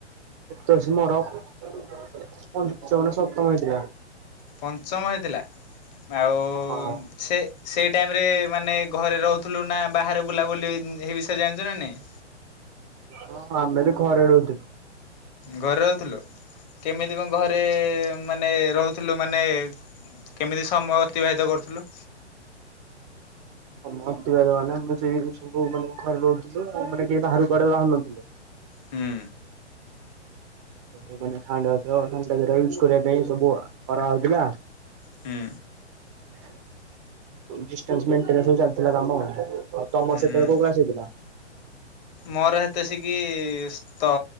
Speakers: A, on the right; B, on the left.
A: ଏତେଲସୀକି ମର ପଞ୍ଚମ ନା ସପ୍ତମ ହେଇଥିଲା
B: ପଞ୍ଚମ ହେଇଥିଲା ଆଉ
A: ହଁ।
B: ସେ ସେଇ ଟାଇମରେ ମାନେ ଘରେ ରହୁଥିଲୁ ନା ବାହାରେ ବୁଲାବୁଲି ହୁଁ ହେଇ ବିଷୟରେ ଜାଣିଚ ନା ନାହିଁ।
A: ହଁ ଆମେ ବି ଘରେ ରହୁଥିଲୁ।
B: ଘରେ ରହୁଥିଲୁ କେମିତି କଣ ଘରେ ଏ ମାନେ ରହୁଥିଲୁ ମାନେ ଏ କେମିତି ସମୟ ଅତିବାହିତ କରୁଥୁଲୁ।
A: <unintelligible> ବା ମାନେ ଆମେ ସେ ସବୁ ମାନେ ଘରେ ରହୁଥିଲୁ ମାନେ କେହି ବାହାରକୁ କୁଆଡେ ବାହାରୁ ନଥିଲେ।
B: ହୁଁ।
A: ସବୁ ମନେ ହାର୍ଡ କରିବା ୟୁଜ ପାଇଁ ସବୁ କରା ହଉଥିଲା।
B: ହୁଁ।
A: <unintelligible> ଡିଷ୍ଟାନ୍ସ ମେଣ୍ଟେନ ରେ ସବୁ ଚାଲିଥିଲା କାମ। ଆଉ ତମର
B: ହୁଁ
A: ସେତେବେଳେ କୋଉ କ୍ଲାସ ହେଇଥିଲା?
B: ମୋର ହେତେ ସିକିି ଇସ୍ ତ